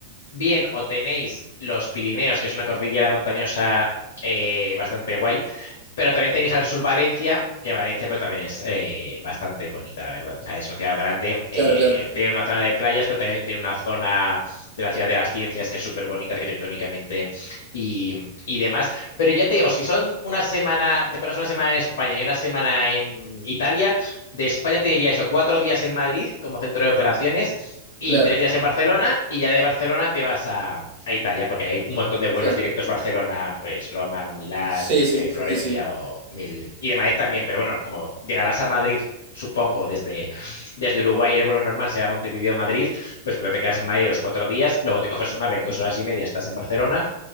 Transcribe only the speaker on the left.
bien o tenéis los Pirineos, que es una cordillera montañosa eh, bastante guay, pero también tenéis al sur Valencia, que Valencia pues también es eh, bastante bonita, la verdad. O sea, es una ciudad grande, eh,
tiene una zona de playas, pero también tiene una zona de la ciudad de las ciencias que es súper bonita arquitectónicamente y, y, demás. Pero ya te digo, si son una semana, te pegas una semana en España y una semana en Italia, de España te diría eso, cuatro días en Madrid como centro de operaciones y
tres días en Barcelona y ya de Barcelona te vas a, a Italia, porque hay un montón de vuelos
directos Barcelona, pues Roma, Milán,
eh,
Florencia
o mil... y de Madrid también, pero bueno, como llegarás a Madrid, supongo, desde, desde Uruguay el vuelo normal será Montevideo-Madrid, pues primero te quedas en Madrid los cuatro días, luego te coges una ave en dos horas y media, estás en Barcelona